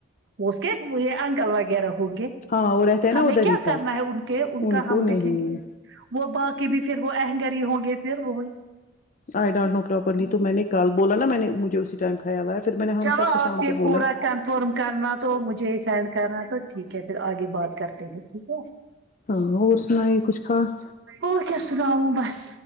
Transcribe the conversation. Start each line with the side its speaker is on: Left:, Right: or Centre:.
Right: اس کے موں یہ انکل وغیرہ ہوں گے
Left: ہاں وہ رہتے ہیں نا
Right: ہمیں
Left: ادھر
Right: کیا
Left: ہی سب
Right: کرنا ہے ان کے ان کا ہم
Left: کو
Right: دیکھیں
Left: نہیں
Right: گے وہ باقی بھی پھر وہ اہنگری ہی ہوں گے پھر وہی
Left: آئی ڈونٹ نو پراپرلی تو میں نے کل بولا نا میں نے مجھے اسی ٹائم خیال آیا پھر میں نے ہم
Right: چلو
Left: سب کو
Right: آپ
Left: شام
Right: کے
Left: کو بولا
Right: پورا کنفرم کرنا تو مجھے سینڈ کرنا تو ٹھیک ہے پھر آگے بات کرتے ہیں ٹھیک ہے
Left: ہاں اور سناے کچھ خاص
Right: اور کیا سنا ہوں بس